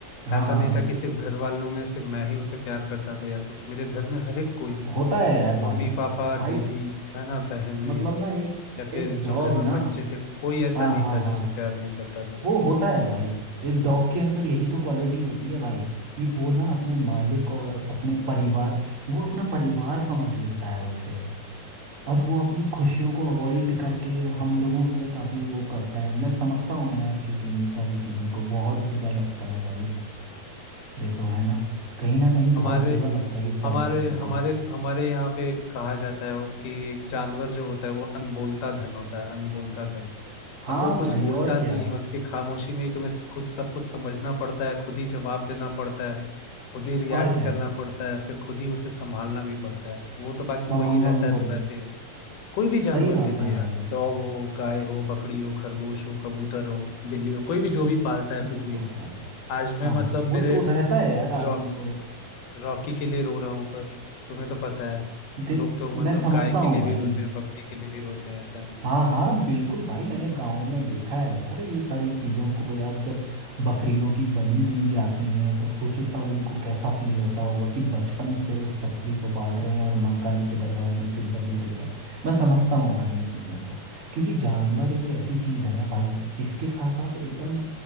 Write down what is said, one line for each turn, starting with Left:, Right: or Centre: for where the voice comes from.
Right: हाँ
Left: ऐसा नहीं था कि सिर्फ घर वालों में सिर्फ मैं ही उसे प्यार करता था या कुछ मेरे घर में हर एक कोई
Right: होता है यार भाई
Left: मम्मी पापा
Right: भाई
Left: दीदी है ना बहनें
Right: मतलब ना एक
Left: या फिर
Right: एक
Left: जो
Right: डॉग
Left: घर में
Right: ना
Left: बच्चे थे कोई ऐसा
Right: हाँ
Left: नहीं
Right: हाँ
Left: था जो
Right: हाँ
Left: उसे प्यार नहीं करता था
Right: वो होता है भाई एक डॉग के अंदर यही तो क्वालिटी होती है भाई कि वो ना अपने मालिक और अपने परिवार वो अपना परिवार समझ लेता है उसे और वो अपनी खुशियों को अवॉइड करके हम लोगों के लिए काफी वो करता है मैं समझता हूँ यार क्योंकि इन सारी चीजों को बहुत बुरा लगता है भाई देखो है ना कहीं ना कहीं बहुत
Left: हमारे
Right: बुरा लगता है ये सारी
Left: हमारे
Right: चीजों
Left: हमारे
Right: को
Left: हमारे यहाँ पे कहा जाता है वो कि एक जानवर जो होता है वो अनबोलता धन होता है अनबोलता धन
Right: हाँ
Left: मतलब वो कुछ
Right: भाई
Left: बोलता
Right: और
Left: नहीं
Right: क्या
Left: है उसकी खामोशी में ही तुम्हें खुद सब कुछ समझना पड़ता है खुद ही जवाब देना पड़ता है खुद ही रिएक्ट
Right: और क्या
Left: करना पड़ता है फिर खुद ही उसे संभालना भी पड़ता है वो तो बाकी
Right: संभालना
Left: वही रहता
Right: भी
Left: है
Right: पड़ो
Left: तो वैसे ही रहता है कोई भी जानवर
Right: सही बात
Left: ले लो
Right: है
Left: यार
Right: भाई
Left: डॉग हो गाय हो बकरी हो खरगोश हो कबूतर हो बिल्ली हो कोई भी जो भी पालता है कुछ
Right: वो
Left: भी
Right: तो होता है
Left: आज मैं
Right: हाँ हाँ,
Left: मतलब
Right: वो
Left: मेरे
Right: तो रहता है यार आदमी
Left: रॉ-
Right: को
Left: रॉकी के लिए रो रहा हूँ पर तुम्हें तो पता है
Right: देख
Left: लोग तो मतलब
Right: मैं समझता
Left: गाय के
Right: हूँ
Left: लिए
Right: भाई
Left: भी रोते हैं बकरी के लिए भी रोते हैं ऐसा नहीं
Right: हाँ हाँ बिल्कुल भाई मैंने गांव में देखा है यार ये सारी चीज़ों को यार जब बकरियों की बलि दी जाती है तो सोचो तब उनको कैसा फील होता होगा कि बचपन से उस बकरी को पाल रहे हैं और माँ काली के दरबार में फिर बलि दे रहे हैं मैं समझता हूँ भाई इन चीज़ों को क्योंकि जानवर एक ऐसी चीज़ है ना भाई जिसके साथ आप एकदम